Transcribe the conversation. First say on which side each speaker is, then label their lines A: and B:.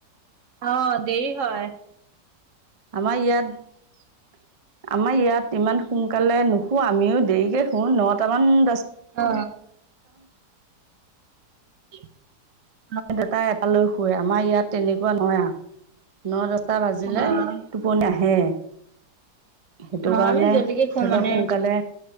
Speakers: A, on the right; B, on the right.
A: অ। দেৰি হয়
B: আমাৰ ইয়াত আমাৰ ইয়াত ইমান সোনকালে নুশু আমিও দেৰিকৈ শু নটামান দহ
A: অ। <inaudible>
B: দেতাই এটালৈ শুৱে আমাৰ ইয়াত তেনেকুৱা নহয় আৰু ন টা বাজিলে
A: অ অ
B: টোপনি আহেই। সেইটো কাৰণে
A: আমি জল্দিকে খো
B: ধৰি
A: মানে
B: লওক সোনকালে